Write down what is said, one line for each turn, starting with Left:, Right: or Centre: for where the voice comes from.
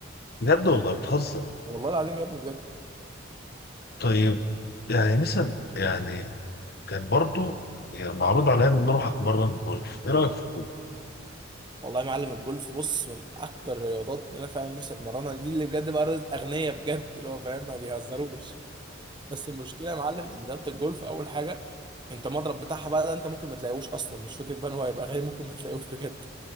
Left: بجد والله بتهزر
Right: والله العظيم يا ابني بجد
Left: طيب يعني مثلا يعني كان برضو يعني معروض عليا ان انا اروح اتمرن جولف ايه رايك <laughs> في-
Right: والله يا معلم الجولف بص من اكتر الرياضات اللي انا فعلا نفسي اتمرنها دي اللي بجد بقى رياضه اغنياء بجد اللي هو فاهم ما بيهزروش بس المشكله يا معلم ان رياضه الجولف اول حاجه انت المضرب بتاعها بقى ده انت ممكن ما تلاقيهوش اصلا مش فكره بان هو هيبقى غالي ممكن ما تلاقيهوش بجد